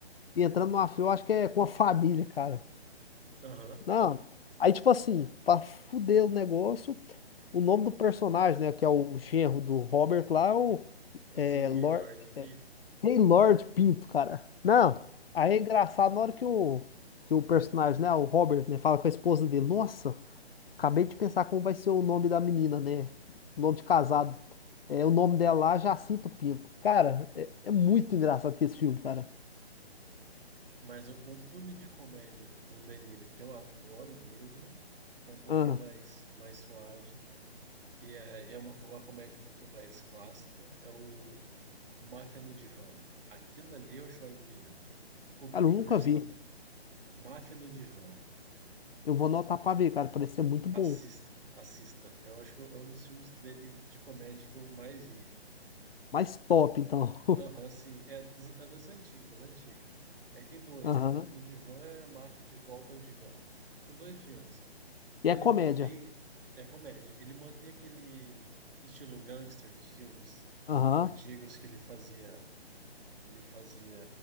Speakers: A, on the left; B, on the right.
A: E Entrando numa Fria, eu acho que é com a família, cara.
B: Aham.
A: Não. Aí, tipo assim, pra fuder o negócio, o nome do personagem, né? Que é o genro do Robert lá, é o. É,
B: Sim,
A: Lor-
B: Gaylord, Pito.
A: Hey Lord Pinto, cara. Não, aí é engraçado na hora que o, que o personagem, né, o Robert, né, fala com a esposa dele. Nossa, acabei de pensar como vai ser o nome da menina, né? Nome de casado. É, o nome dela lá, Jacinto Pinto. Cara, é, é muito engraçado que esse filme, cara.
B: Mas o, o filme de comédia com o De Niro, que eu adoro mesmo, que é um pouquinho
A: Ah,
B: mais, mais suave, e é, e é uma, co- uma comédia um pouquinho mais clássica, é o Máfia no Divã. Aquilo ali eu choro de rir. Com o Billy
A: cara, eu nunca
B: Crystal.
A: vi.
B: Máfia no Divã.
A: Eu vou anotar pra ver, cara. Parece ser muito bom.
B: Assista, assista. Eu acho que é um dos filmes dele de comédia que eu mais ri.
A: mais top, então.
B: Aham, sim. É, dos- é das antigas, das antigas. Aí tem dois,
A: <laughs> Aham.
B: tem Máfia no Divã e a Máfia de Volta ao Divã. São dois filmes que
A: E é
B: ele
A: comédia.
B: mantém, é comédia, ele mantém aquele estilo gangster dos filmes
A: Aham,
B: antigos que ele fazia, que ele fazia,